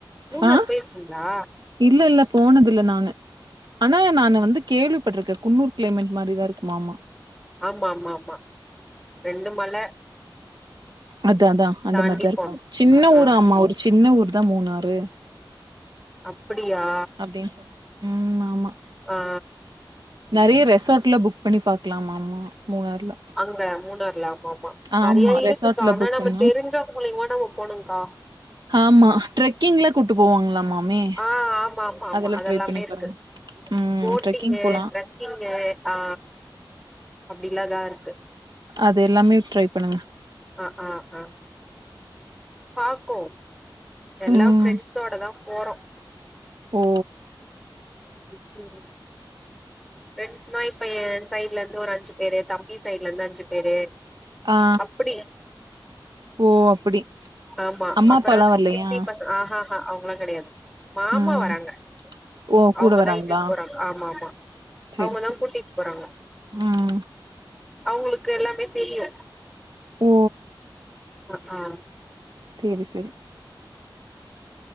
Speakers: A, in the centre; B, on the right.
A: மூணாறு
B: ஆ
A: போய்ருக்கிங்களா
B: இல்ல இல்ல போனதுல்ல நானு ஆனா நான் வந்து கேள்விப்பட்டிருக்கே குன்னூர் கிளைமேட் மாரி தா இருக்குமாமா
A: ஆமா ஆமா ஆமா ரெண்டு மல
B: அத அதா அந்த
A: தாண்டி
B: மாரிதா இருக்கு
A: போனு
B: சின்ன
A: அ ஆ
B: ஊரா ஆமா ஒரு சின்ன ஊர் தா மூணாறு
A: அப்டியா
B: அப்படின்னு சொன்னாங்க ம் ஆமா
A: ஓ ஓ
B: நெறைய ரெசார்ட்ல புக் பண்ணி பாக்கலாம ஆமா மூணார்ல
A: அங்க மூணார்ல ஆமா ஆமா நெறைய
B: ஆமா
A: இருக்குக்கா
B: ரெசார்ட்ல
A: ஆனா
B: புக்
A: நம்ம
B: பண்ணா
A: தெரிஞ்ச மூலியமா நம்ம போணும்கா
B: ஆமா ட்ரெக்கிங்ல கூட்டு போவாங்களாமாமே
A: ஆ ஆமா ஆமா ஆமா
B: அதெல்லா
A: அதெல்லாமே
B: ட்ரை பண்ணி
A: இருக்கு
B: பாருங்க ம்
A: போட்டிங்கு
B: ட்ரெக்கிங் போலா
A: ட்ரக்கிங்கு ஆ அப்டில்லாதா இருக்கு
B: அது எல்லாமே ட்ரை பண்ணுங்க
A: ஆ ஆ ஆ பாப்போ எல்லா
B: ம்
A: ஃப்ரெண்ட்ஸோட தா போறோ
B: ஓ
A: ம் ப்ரெண்ட்ஸ்னா இப்ப என் சைட்ல இருந்து ஒரு அஞ்சு பேரு தம்பி சைட்ல இருந்து அஞ்சு பேரு
B: ஆ
A: அப்படியா
B: ஓ அப்டி
A: ஆமா
B: அம்மா
A: அப்றோ
B: அப்பாலா வரலையா
A: சித்தி பசங்க ஆ ஆ ஆ அவங்களா கிடையாது மாமா
B: ம்
A: வராங்க
B: ஓ
A: அவங்கதா
B: கூட வராங்களா
A: இட்டுட்டு போறாங்க ஆமா ஆமா
B: சேரி
A: அவங்கதா
B: சேரி
A: கூட்டிட்டு போறாங்க
B: ம்
A: அவங்களுக்கு எல்லாமே தெரியு
B: ஓ
A: அக் ஆ
B: சேரி சேரி